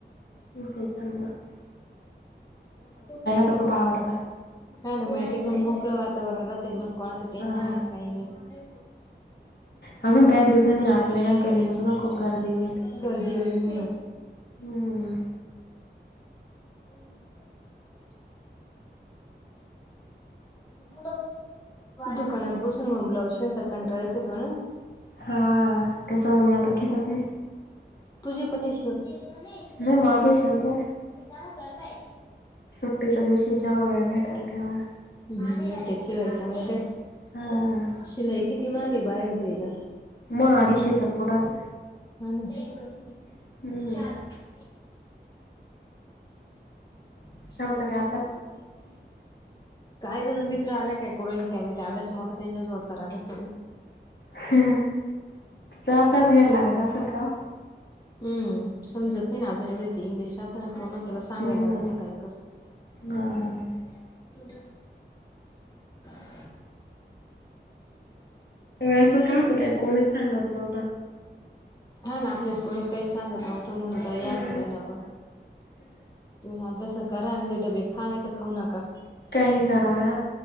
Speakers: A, on the left; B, on the left.
A: आणि ते चांगल <unintelligible>
B: हा
A: तर खूप आवडतं
B: ना माहती एकदम मोकळ वात वातावरण राहतय मग कोणाच टेन्शन
A: हा
B: नाही काही नाही.
A: अजून काही दिवसांनी आपल्या या गल्लीला सुद्धा खूप गर्दी होईल.
B: करदी <unintelligible> होई म.
A: हम्म.
B: होई हई म <unintelligible> <inaudible> दुकानात बसून मग ब्लाऊज शिवायचा कंटाळायच येतो ना.
A: हा तसं मग मी आता घेतच नाही.
B: तुझे पणेश्वर <inaudible>
A: नाही माझेच शिवतेना
B: नाव कळबाई
A: सुट्टीच्या दिवशी जेव्हा वेळ भेटेल तेव्हा
B: <inaudible> एक- एक शिवायच मग काय
A: हा
B: शिलाई किती माग आहे बाहेर द्यायला
A: मग अडीशे चा पुडाद.
B: आणि ते दोन तीन
A: हम्म.
B: चार <inaudible>
A: <unintelligible> शेवगा
B: हम् ह <inaudible> काय झाले मित्र आलाय काय कराले काय मायेत अभ्यास मोठा त्यांच्या जोरदार अभ्यास
A: हा चार तास घ्यायला लागत असेल का?
B: हम् समजत नाही ना अजून एवढे ते इंग्लिश शब्द. पुर्ण त्याला सांगायला
A: हम्म.
B: लागत काय कर
A: हा
B: क त <unintelligible>
A: ओळख का असचं काय कोणीच सांगत नव्हतं
B: हा ना आपल्यास कोणीस काहीच सांगत नव्हतं. म्हणत अंस
A: हम्म.
B: राहिल आपण तुम्ही अभ्यासात करा आणि ते डबे 'खा नाही तर खाऊ नका
A: काही करा.